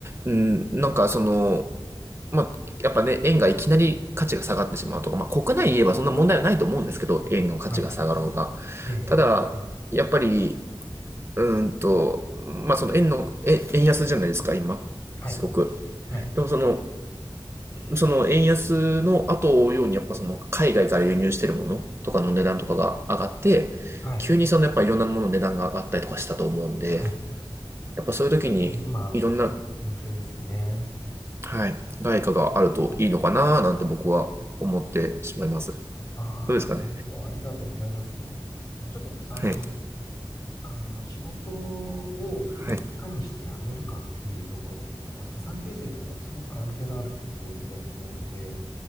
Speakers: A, on the right; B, on the left.
A: い。うん、なんかその、まあ、やっぱね、円がいきなり価値が下がってしまうとか、まあ、国内に言えばそんな問題はないと思うんですけど、円の価値が下がろうが。
B: はい。ええ、ええ、
A: ただ、
B: ええ
A: やっぱり、うーんと、まあ、その円の、え円安じゃないですか、今。
B: はい、
A: すごく。
B: はい、
A: でもその、その円安の後を追うように、やっぱその海外から輸入してるものとかの値段とかが上がって、
B: はい、
A: 急にそのやっぱいろんなものの値段が上がったりとかしたと思うんで、
B: はい。
A: やっぱそういう時にいろんな、
B: あの今、起きてるインフレですよね。
A: はい、外貨があるといいのかなーなんて僕は思ってしまいます。ど
B: ああ、
A: うですかね。
B: なるほど。ありがとうございます。ちょっと、あの、
A: はい。
B: 知あの、仕事を、まあ、
A: はい。
B: いかにして辞めるかっていうところって、やっぱ資産形成ともすごく関係のあるポイントだと思うので、